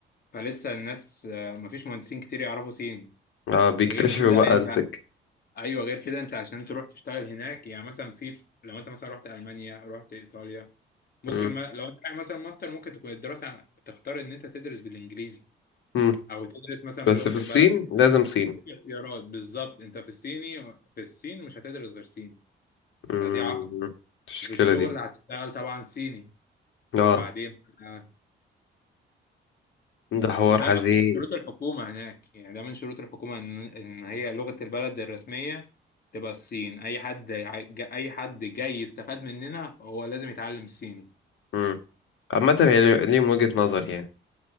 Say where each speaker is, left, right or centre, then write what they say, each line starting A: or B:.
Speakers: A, on the left; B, on the left.
A: فلسه الناس آه، مفيش مهندسين كتير يعرفوا صيني
B: اه بيكتشفوا
A: غير كده
B: بقى
A: أنت
B: السكة
A: أيوه غير كده أنت عشان تروح تشتغل هناك يعني مثلا في لو أنت مثلا رحت ألمانيا رحت إيطاليا ممكن
B: مم.
A: ما... لو أنت رايح مثلا ماستر ممكن تكون الدراسة تختار إن أنت تدرس بالإنجليزي
B: مم.
A: أو تدرس مثلا
B: بس
A: بلغة
B: في الصين
A: البلد
B: لازم صين
A: اختيارات بالظبط انت في الصيني في الصين مش هتدرس غير صيني
B: مم.
A: فدي عقبة
B: المشكلة
A: وفي الشغل
B: دي
A: هتشتغل طبعا صيني طب
B: اه
A: وبعدين آه، بس
B: ده حوار
A: وده
B: حزين
A: اصلا من شروط الحكومة هناك يعني ده من شروط الحكومة ان ان هي لغة البلد الرسمية تبقى الصين اي حد ع- ج- اي حد جاي يستفاد مننا هو لازم يتعلم صيني
B: مم. عامة هي لي- ليهم وجهة نظر يعني